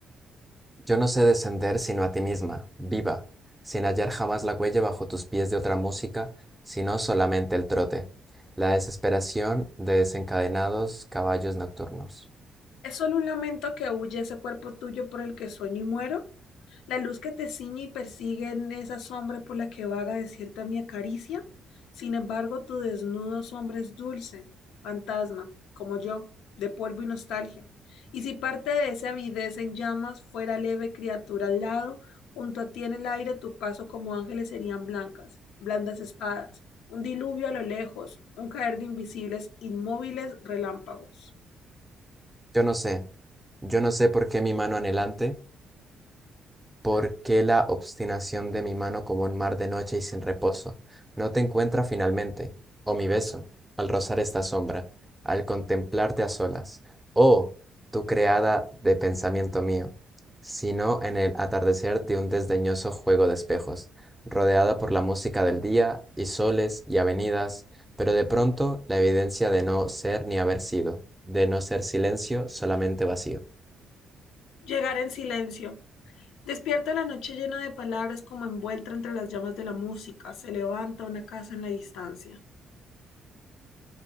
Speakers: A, in the centre; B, on the left (about 85°).
A: Yo no sé descender sino a ti misma, viva, sin hallar jamás la huella bajo tus pies de otra música, sino solamente el trote, la desesperación de desencadenados caballos nocturnos.
B: ¿Es solo un lamento que huye ese cuerpo tuyo por el que sueño y muero? La luz que te ciñe y persigue en esa sombra por la que vaga desierta mi acaricia. Sin embargo, tu desnudo sombra es dulce, fantasma, como yo, de polvo y nostalgia. Y si parte de esa avidez en llamas fuera leve criatura al lado, junto a ti en el aire tu paso como ángeles serían blancas, blandas espadas, un diluvio a lo lejos, un caer de invisibles, inmóviles relámpagos.
A: Yo no sé, yo no sé por qué mi mano anhelante ¿Por qué la obstinación de mi mano como un mar de noche y sin reposo? No te encuentra finalmente, oh mi beso, al rozar esta sombra, al contemplarte a solas, oh tú creada de pensamiento mío, sino en el atardecer de un desdeñoso juego de espejos, rodeada por la música del día y soles y avenidas, pero de pronto la evidencia de no ser ni haber sido, de no ser silencio, solamente vacío.
B: Llegar en silencio Despierta la noche llena de palabras como envuelta entre las llamas de la música, se levanta una casa en la distancia.